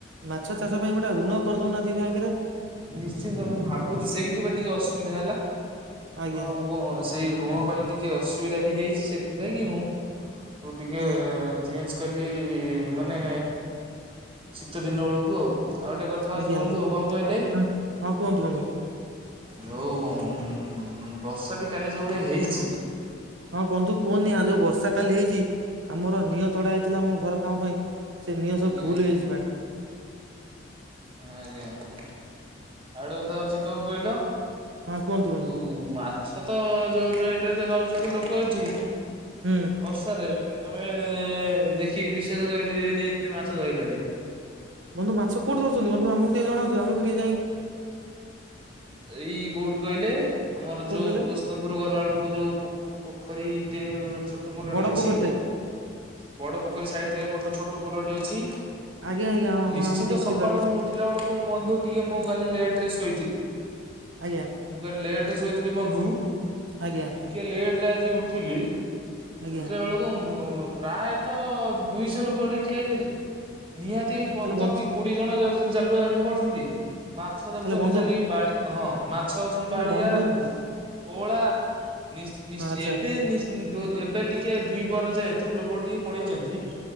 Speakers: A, on the right; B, on the right.
A: ମାଛ ଚାଷ ପାଇଁ ଗୋଟା ଋଣ କରି ଦଉ ନାହାନ୍ତି ବ୍ୟାଙ୍କ ରେ।
B: ନିଶ୍ଚିନ୍ତ ମୁଁ ଭାବୁଛି ସେଇଠି ବା ଟିକେ ଅସୁବିଧା ହେଲା ମୁଁ
A: ଆଜ୍ଞା
B: ଆଉ କଁ। ସେଇ ଋଣ ପାଇଁ ଟିକେ ଅସୁବିଧା ଟି ହେଇଛି। ସେଥିଲାଗି ମୁଁ ଟିକେ।
A: ଆଜ୍ଞା
B: ଚେଞ୍ଜ କଲି ମାନେ। ଶୀତ ଦିନ ବେଳକୁ ଆଉ ଆଉ ଗୋଟେ କଥା ହଉଛି
A: ଆଜ୍ଞା
B: ବନ୍ଧୁ
A: ଆଜ୍ଞା
B: କଣ କହିଲେ।
A: ହଁ ହଁ କୁହନ୍ତୁ ବନ୍ଧୁ।
B: ଯୋଉ ଉଁ ବର୍ଷାଟି କାଲି ଯୋଉ ଭଳିଆ ହେଇଛି।
A: ହଁ ବନ୍ଧୁ କୁହନି ଆ ଯୋଉ ବର୍ଷା କାଲି ହେଇଛି ଆମର। ନିଅଁ ତଡା ହେଇଥିଲା ଆମ ଘର କାମ ପାଇଁ ସେ ନିଅଁ
B: ଆଜ୍ଞା
A: ସବୁ ଫୁଲ
B: ଆଜ୍ଞା
A: ହେଇ ଯାଇଛି ପାଣି।
B: ଆଜ୍ଞା ଆଉ ଗୋଟେ କଥା ହଉଛି କଁ କହିଲ?
A: ହଁ କୁହନ୍ତୁ ବନ୍ଧୁ
B: ଯୋଉ ମାଛ ତ ଯୋଉ ରେଟରେ ଧରୁଛନ୍ତି ଲୋକ ଏଠି।
A: ହୁଁ।
B: ବର୍ଷାରେ ତମେ ଦେଖି ବିଶ୍ଵାସ କରି ପାରିବେନି ଏତେ ମାଛ ଧଇଲେଣି।
A: ବନ୍ଧୁ ମାଛ କୋଉଠି ଧରୁଛନ୍ତି ବନ୍ଧୁ ଆମକୁ ଟିକେ ଜଣାନ୍ତୁ ଆମ ବି ଟିକେ ଯାଇଁ।
B: ଏଇ କୋଉଠୀ କହିଲେ ଆମର
A: କୋଉଠି
B: ଯୋଉ
A: କହିଲେ
B: ପୁରସ୍ ସ୍ତମ ପୁର ଗଲା ବେଳକୁ ଯୋଉ ପୋ ପୋଖରୀ ଟେ ଯୋଉ ଛୋଟ ପୋଲଟିଏ
A: ବଡ
B: ଅଛି।
A: ପୋଖରୀଟେ
B: ବଡ ପୋଖରୀ ସାଇଟ୍ ରେ ଏପଟେ ଛୋଟ ପୋଲଟି ଅଛି‌
A: ଆଜ୍ଞା ଆଜ୍ଞା ହଁ
B: ନିଶ୍ଚିନ୍ତ
A: ହଁ ଆମେ ଦେଖିଥିଲୁ
B: ସକାଳୁ
A: ଆଜ୍ଞା
B: ମୁଁ ଉ ଉଠିଲା ବେଳକୁ ମୁଁ ବନ୍ଧୁ ଟିକେ ମୁଁ କାଲି ଲେଟ ରେ ଶୋଇଛି।
A: ଆଜ୍ଞା।
B: ମୁଁ କାଲି ଲେଟ୍ ରେ ଶୋଇଥିଲି ବନ୍ଧୁ।
A: ଆଜ୍ଞା।
B: ଟିକେ ଲେଟ୍ ରେ ଆଜି ଉଠିଲି
A: ଆଜ୍ଞା
B: ଉଠିଲା ବେଳକୁ ମୁଁ ମୁଁ। ପ୍ରାୟତ ଦୁଇଶହ ଲୋକ ସେଠି ଠିଆ ହେଇଥିଲେ ନିହାତି ପନ୍ଦର
A: ତାହେଲେ ବନ୍ଧୁ
B: କି କୋ ଡିଏ ଜଣ ଜ ଜାଲୁଆ ହେଠି ଫୋପାଡୁ ଛନ୍ତି। ମାଛ ଦେଖୁଛନ୍ତି
A: ତାହେଲେ ବନ୍ଧୁ
B: ଖାଲି ବାଳି ହଁ ମାଛ ହଉଛନ୍ତି
A: ତାହେଲେ
B: ବାଳିଆ।
A: ବନ୍ଧୁ ହଁ
B: ପୋଓଳା ନିଶ୍ଚି ନିଶ୍ଚି
A: ଆଚ୍ଛା
B: ଏବେ ନିଶ୍ଚ ଉଁ ଯୋ ଏବେ ଟିକେ ଦୁଇ ପହର ଯେହେତୁ ଲୋକ ଟିକେ ପଳେଇଛନ୍ତି।